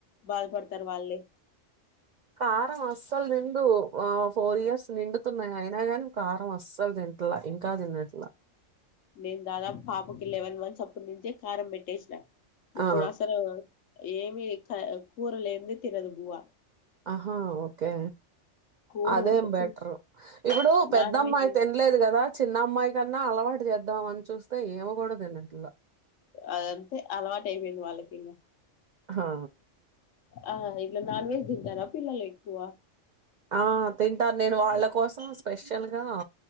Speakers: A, on the left; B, on the right.
A: బాధపడతారు వాళ్ళే
B: కారం అసలు తింధు ఆహ్ ఫోర్ ఇయర్స్ నిండుతున్నాయి. అయినా కానీ కారం అస్సలు తిట్లా ఇంకా తిన్నట్లా.
A: నేను దాదాపు పాపకి లెవన్ మాన్స్ అప్పు నుంచే కారం పెట్టేసిన. ఇప్పుడు
B: ఆ
A: అసలు ఏమి క కూరలేంది. తినదు బువ్వ
B: ఆహా ఓకే
A: కూర
B: అదేం బెటర్
A: చి
B: ఇప్పుడు. పెద్ద
A: నాన్
B: అమ్మాయి
A: వెజ్
B: తినలేదు కదా. చిన్న అమ్మాయి కన్నా అలవాటు చేద్ద చద్దామని చూస్తే ఇవకూడదినట్లా
A: అదంతే అలవాటు అయిపోయింది. వాళ్ళకి ఇంగా
B: ఆహా
A: ఆ ఇట్లా నాన్ వెజ్ తింటారా. పిల్లలు ఎక్కువ
B: ఆ తింటర్. నేను వాళ్ళ కోసం స్పెషల్గా